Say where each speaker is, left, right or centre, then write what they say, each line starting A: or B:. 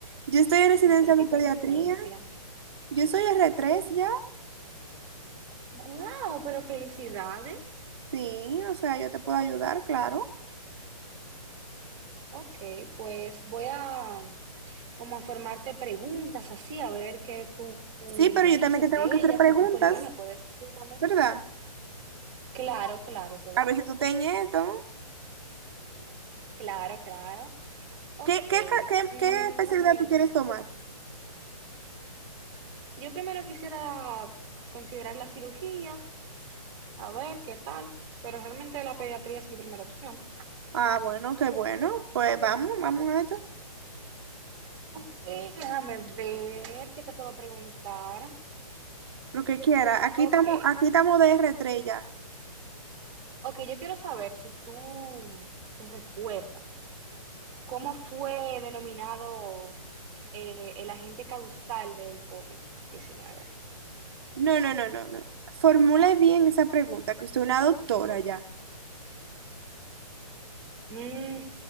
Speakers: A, on the right (about 40°); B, on the right (about 20°).
A: Yo estoy en residencia
B: No, pero
A: de
B: qué
A: pediatría.
B: coincidencia.
A: Yo soy r tres, ya.
B: ¡Guau! Pero felicidades.
A: Sí, o sea, yo te puedo ayudar, claro.
B: Ok, pues voy a como a formarte preguntas así, a ver qué tú
A: Sí, pero
B: me
A: yo
B: dices
A: también te tengo
B: de
A: que hacer
B: ellas
A: preguntas,
B: y tú por igual me puedes decir también.
A: ¿verdad?
B: Claro, claro, eso va.
A: A ver si tú ten esto.
B: Claro, claro. Ok,
A: ¿Qué, qué, ca- qué,
B: mm,
A: qué especialidad
B: déjame ver.
A: tú quieres tomar?
B: Yo primero quisiera considerar la cirugía, a ver qué tal, pero realmente la pediatría es mi primera opción.
A: Ah, bueno, qué bueno. Pues vamos, vamos a esto.
B: Ok, déjame ver qué te puedo preguntar.
A: Lo que quiera. Aquí
B: Ok,
A: estamos, aquí estamos de r tres ya.
B: ok, yo quiero saber si tú te recuerdas. ¿Cómo fue denominado eh, el agente causal del covid diecinueve?
A: No, no, no, no, no. Formule bien esa pregunta, que usted es una doctora ya.
B: Mm,